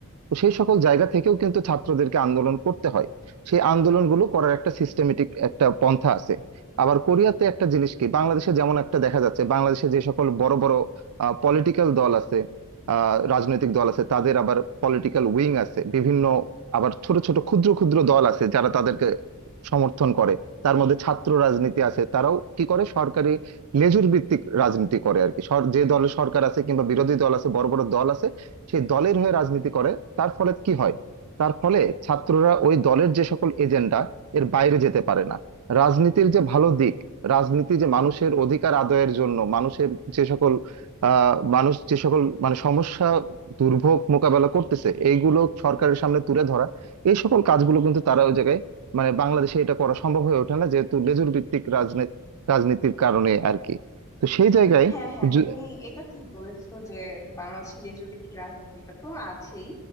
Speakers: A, on the right; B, on the left.
A: তো সেই সকল জায়গা থেকেও কিন্তু ছাত্রদেরকে আন্দোলন করতে হয় সেই আন্দোলনগুলো করার একটা সিস্টেমেটিক একটা পন্থা আছে আবার কোরিয়াতে একটা জিনিস কি বাংলাদেশে যেমন একটা দেখা যাচ্ছে বাংলাদেশে যে সকল বড় বড় পলিটিক্যাল দল আছে আহ, রাজনৈতিক দল আছে তাদের আবার পলিটিক্যাল উইং আছে বিভিন্ন আবার ছোট ছোট ক্ষুদ্র ক্ষুদ্র দল আছে যারা তাদেরকে সমর্থন করে তার মধ্যে ছাত্র রাজনীতি আছে তারাও কি করে সরকারি লেজুর ভিত্তিক রাজনীতি করে আর কি সর- যে দলের সরকার আছে কিংবা বিরোধী দল আছে বড় বড় দল আছে সেই দলের হয়ে রাজনীতি করে তার ফলে কি হয় তার ফলে ছাত্ররা ওই দলের যে সকল এজেন্ডা এর বাইরে যেতে পারে না রাজনীতির যে ভালো দিক রাজনীতি যে মানুষের অধিকার আদায়ের জন্য মানুষের যে সকল আহ মানুষ যে সকল মানে সমস্যা দুর্ভোগ মোকাবেলা করতেছে এইগুলো সরকারের সামনে তুলে ধরা এই সকল কাজগুলো কিন্তু তারা ওই জায়গায় মানে বাংলাদেশে এটা করা সম্ভব হয়ে ওঠে না যেহেতু লেজুর ভিত্তিক রাজনীতি রাজনীতির কারণে আর কি তো সেই জায়গায়
B: হ্যাঁ হ্যাঁ
A: জু-
B: তুমি এটা ঠিক বলেছো যে বাংলাদেশে লেজুর ভিত্তিক রাজনীতি এটা তো আছেই